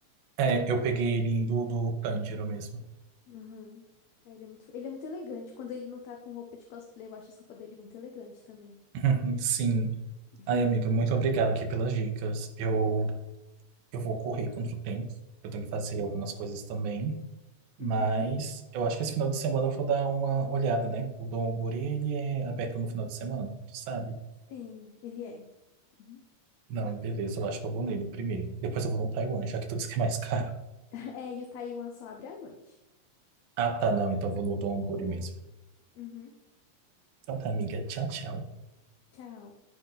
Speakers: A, on the right; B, on the left.
A: É, eu peguei ele indo do Tanjiro mesmo.
B: Uhum. Aí Ele é muito... ele é muito elegante. Quando ele não tá com roupa de cosplay, eu acho essa roupa dele muito elegante também.
A: <laughs> Sim.
B: <laughs>
A: Ai, amiga, muito obrigado aqui pelas dicas. Eu, eu vou correr contra o tempo. Eu tenho que fazer algumas coisas também. Mas
B: Uhum.
A: eu acho que esse final de semana eu vou dar uma olhada, né? O Dom Alvori, ele é aberto no final de semana, tu sabe?
B: Sim, ele é. Uhum.
A: Não, beleza, eu acho que eu vou nele primeiro. Depois eu vou no Taiwan, já que tu disse que é mais <laughs> caro.
B: <laughs> É, e o Taiwan só abre à noite.
A: Ah, tá, não, então eu vou no Dom Alvori mesmo.
B: Uhum.
A: Então tá, amiga. Tchau, tchau.
B: Tchau.